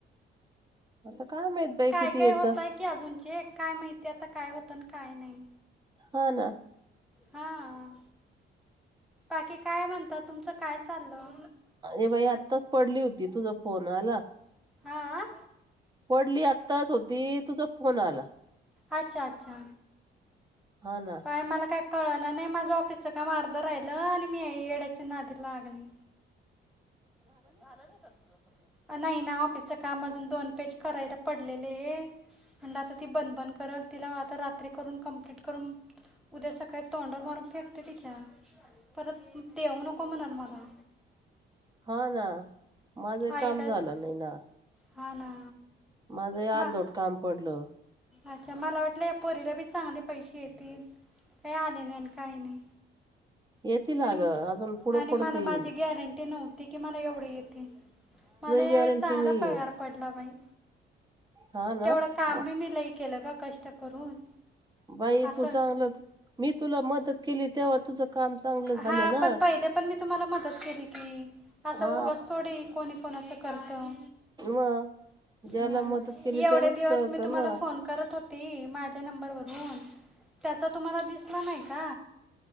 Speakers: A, on the right; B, in the centre.
A: आता काय माहित बाई
B: काय
A: किती
B: काय
A: येतं?
B: होतंय की अजून चेक काय माहितीय आता काय होतं आणि काय नाही.
A: हा ना.
B: हां बाकी काय म्हणतात, तुमचं काय चाललं?
A: ए बाई आत्ताच पडली होती तुझ फोन आला.
B: हां
A: पडली आत्ताच होती, तुझं फोन आला.
B: अच्छा अच्छा,
A: हा ना
B: बाय मला काय. कळना नाही माझं ऑफिसच काम अर्ध राहिलं आणि मी येड्याच्या नादी लागली. <inaudible> झालं नाही का तुझं काम नाही ना ऑफिसच्या काम अजून दोन पेज करायला. पडलेले म्हणलं आता ती भन-भन करल तिला आता रात्री करून कंप्लीट करून. उद्या सकाळी तोंड मारून फेकते तिच्या परत देऊ नको म्हणल मला.
A: हा ना माझंही
B: ऐकायला
A: काम झालं नाही ना.
B: हा ना.
A: माझं ही
B: मा
A: अर्धवट काम पडलं.
B: अच्छा! मला वाटलं या पोरीला बी चांगले पैसे येतील काही आले नाही, आणि काही नाही.
A: येतील
B: आणि
A: अ गं अजून पुढे
B: आणि
A: पुडतील
B: मला
A: येईल.
B: माझी गॅरंटी नव्हती की मला एवढी येते मला यावेळी
A: गॅरंटी
B: चांगला
A: नाहीये
B: पगार पडला बाई.
A: हा ना
B: तेवढं काम
A: म-
B: बी मी लई केलं ग कष्ट करून.
A: <inaudible> बाई
B: असं
A: तू चांगलंचं मी तुला मदत केली तेव्हा तुझं काम चांगलं झालं
B: हा
A: ना.
B: पण पहिले पण मी तुम्हाला मदत केली की असं
A: हा
B: उगच थोडे कोणी कोणाचं करतं.
A: वा जाला
B: हा
A: मदत. केली
B: एवढे
A: त्यानेच
B: दिवस
A: कळत
B: मी तुम्हाला
A: ना
B: फोन करत होती माझ्या नंबरवररून. त्याचा तुम्हाला दिसला नाही का.